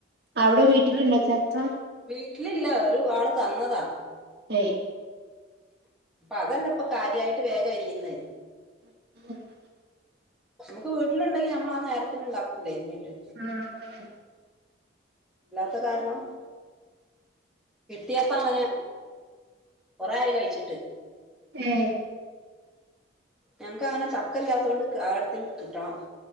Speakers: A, on the right; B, in the centre.
A: അവ്ടെ വീട്ടില്ണ്ടോ ചക്ക?
B: വീട്ട്ലില്ല ഒരു ആള് തന്നതാ.
A: ഏഹ്
B: അതന്നപ്പം കാര്യായ്ട്ട് വേഗം എരിയ്യ്ന്നെ.
A: <unintelligible>
B: നമുക്ക് വീട്ട്ല്ണ്ടെങ്കി ഞമ്മളാ നേരത്തിന് ഇണ്ടാക്കൂലേ അരിഞ്ഞിട്ട്.
A: ആഹ് ആഹ്
B: ഇല്ലാത്ത കാരണം. കിട്ടിയേപ്പൊ അങ്ങനെ കൊറേ ആയി കഴിച്ചിട്ട്.
A: ഏ
B: ഞങ്ങക്ക് അങ്ങനെ ചക്കല്ലാത്തോണ്ട് ക്ക് ആരെട്ത്തെങ്ങ്ക്ക് കിട്ടണം.